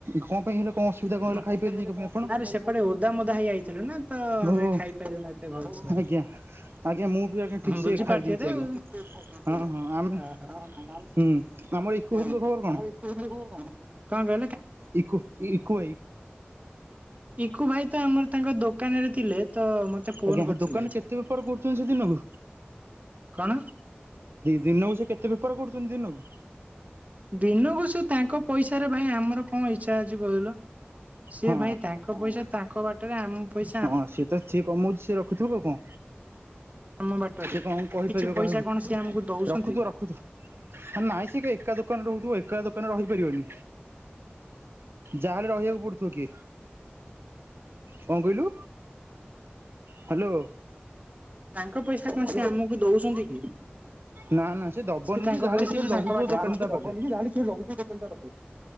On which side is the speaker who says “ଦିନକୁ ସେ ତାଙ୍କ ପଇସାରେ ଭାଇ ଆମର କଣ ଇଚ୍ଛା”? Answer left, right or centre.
Right